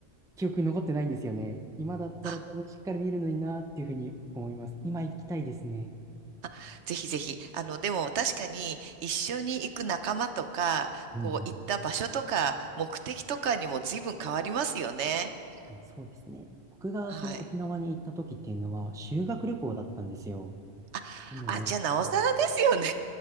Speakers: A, in the centre; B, on the right.
A: 記憶に残ってないんですよね。今だったら多分しっかり見るのになっていうふうに思います。
B: あ、
A: 今行きたいですね。
B: あ、ぜひぜひ。あの、でも確かに一緒に行く仲間とか、
A: うんうん。
B: こう、行った場所とか、目的とかにも随分変わりますよね。
A: 確かにそうですね。僕がその沖縄に行った時っていうのは修学旅行だったんですよ。
B: はい。あ、
A: なので、
B: あ、じゃあ、なおさらですよね。